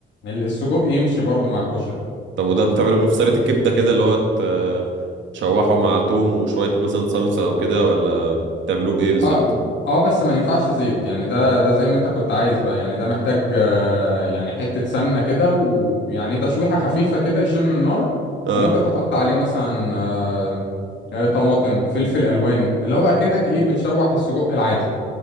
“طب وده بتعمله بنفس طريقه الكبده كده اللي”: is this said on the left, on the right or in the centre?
Right